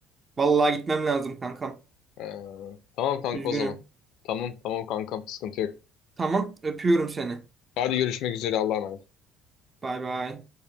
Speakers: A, on the right; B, on the left.
A: Vallahi gitmem lazım kankam.
B: He, tamam kanka
A: Üzgünüm.
B: o zaman. Tamam tamam kankam sıkıntı yok.
A: Tamam öpüyorum seni.
B: Hadi görüşmek üzere Allah'a emanet.
A: Bay bay.